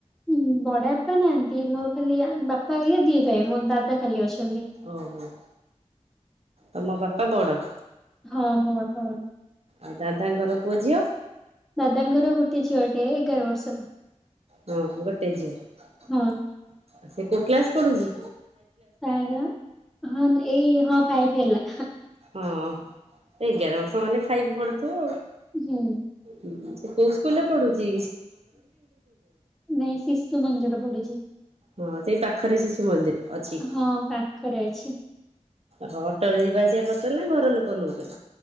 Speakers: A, in the centre; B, on the right.
A: ହୁଁ ବଡ଼ବାପା ନାହାନ୍ତି ମୋର ଖାଲି ବାପା ହାରିକା ଦି ଭାଇ ମୋର ଦାଦା ଖାଲି ଅଛନ୍ତି।
B: ଓହୋ ତମ ବାପା ବଡ଼।
A: ହଁ ମୋ ବାପା ବଡ଼।
B: ଆଉ ଦାଦାଙ୍କର ପୁଅ ଝିଅ?
A: ଦାଦାଙ୍କର ଗୋଟେ ଝିଅଟିଏ ଏଗାର ବର୍ଷର।
B: ହଁ ଗୋଟେ ଝିଅ
A: ହଁ
B: ସେ କୋଉ କ୍ଲାସ୍ ପଢ଼ୁଛି?
A: ତାର ହଁ ଏଇ ହଁ ଫାଇଭ ହେଲା।
B: ହଁ ଏଗାର ବର୍ଷ ମାନେ ଫାଇଭ୍ ପଢୁଥିବ।
A: ହୁଁ
B: ହୁଁ ସେ କୋଉ ସ୍କୁଲ ରେ ପଢ଼ୁଛି?
A: ନାଇଁ ଶିଶୁ ମନ୍ଦିର ରେ ପଢ଼ୁଛି।
B: ହଁ ସେଇ ପାଖରେ ଶିଶୁ ମନ୍ଦିର ଅଛି।
A: ହଁ ପାଖରେ ଅଛି।
B: ହଁ ଅଟୋରେ ଯିବାଆସିବା କରୁଛନ୍ତି ନା ଘର ଲୋକ ନେଉଛନ୍ତି?